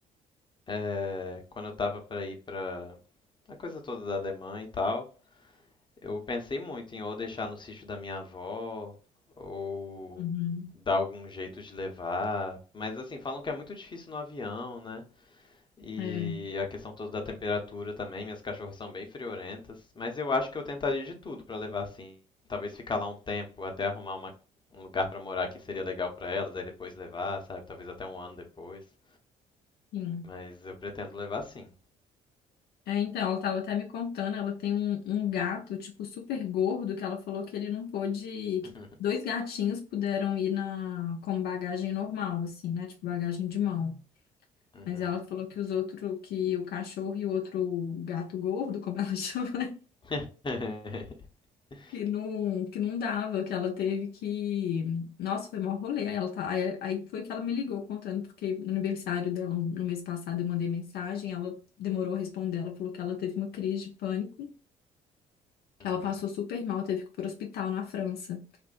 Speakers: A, on the left (about 25°); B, on the left (about 60°).
A: eh, quando eu tava pra ir pra. A coisa toda da Alemanha e tal. Eu pensei muito em ou deixar no sítio da minha avó, ou
B: Uhum.
A: dar algum jeito de levar. Mas assim, falam que é muito difícil no avião, né? E
B: É,
A: a questão toda da temperatura também, minhas cachorras são bem friorentas. Mas eu acho que eu tentaria de tudo pra levar assim. Talvez ficar lá um tempo até arrumar uma- um lugar pra morar que seria legal pra elas, aí depois levar, sabe? Talvez até um ano depois.
B: sim.
A: Mas eu pretendo levar sim.
B: É, então, ela tava até me contando, ela tem um, um gato, tipo, super gordo, que ela falou que ele não pôde, que
A: <laughs>
B: dois gatinhos puderam ir na, com bagagem normal, assim, né? Tipo, bagagem de mão.
A: Uhum.
B: Mas ela falou que os outros, que o cachorro e o outro gato gordo, como ela <laughs> chama,
A: <laughs>
B: que não, que não dava, que ela teve que. Nossa, foi mó rolê. Aí, ela tá... aí, aí foi que ela me ligou contando, porque no aniversário dela, no mês passado, eu mandei mensagem, ela demorou a responder, ela falou que ela teve uma crise de pânico.
A: Uhum.
B: Ela passou super mal, teve que ir para o hospital na França.